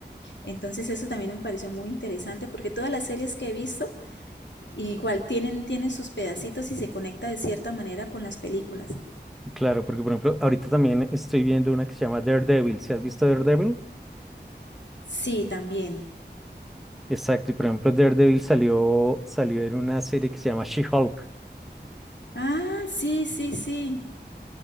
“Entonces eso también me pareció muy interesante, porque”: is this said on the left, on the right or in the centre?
Left